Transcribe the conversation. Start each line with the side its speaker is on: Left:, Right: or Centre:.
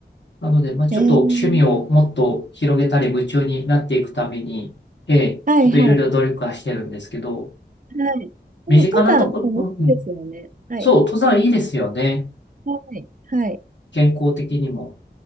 Left: なので、まあ、ちょっと趣味をもっと広げたり夢中になっていくために、
Right: えー、
Left: ええ、
Right: はい、
Left: ちょっといろいろ努力はしてるんですけど、
Right: はい。はい。もう登山、
Left: 身近なとこ、
Right: 楽しいいですよね。
Left: うんうん、
Right: はい。
Left: そう、登山いいですよね。
Right: はい。はい。
Left: 健康的にも。